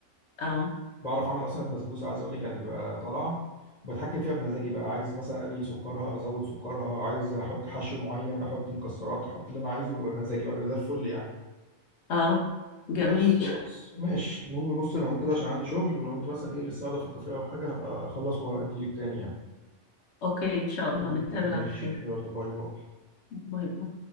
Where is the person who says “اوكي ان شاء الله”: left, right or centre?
Left